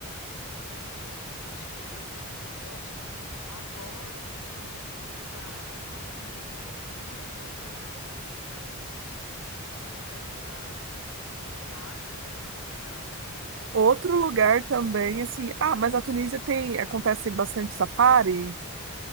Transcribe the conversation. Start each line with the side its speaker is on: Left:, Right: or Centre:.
Left: além, Deixa eu ver. Eu acho que agora, nesse momento, tá a Tunísia. Eu tô com muita vontade de conhecer a Tunísia, que fica ali na, ali na África, né? No norte da África.
Right: Outro lugar também, assim... Ah, mas a Tunísia tem... Acontece bastante safari?